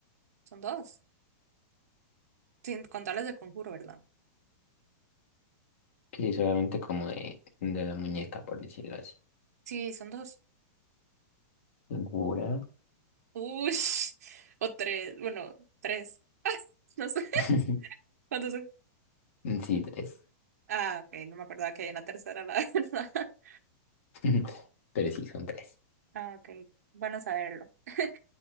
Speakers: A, on the right (about 75°); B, on the left (about 50°).
A: son dos. Sin contar las del conjuro, ¿verdad?
B: Sí, solamente como de, de la muñeca, por decirlo así.
A: Sí, son dos.
B: ¿Segura?
A: Uy, <laughs> o tres. Bueno, tres. <laughs> No sé
B: <laughs>
A: cuántos son.
B: Sí, tres.
A: Ah, ok, no me acordaba que hay una tercera, la verdad. <laughs>
B: <laughs> Pero sí, son tres.
A: Ah, ok, bueno saberlo. <laughs>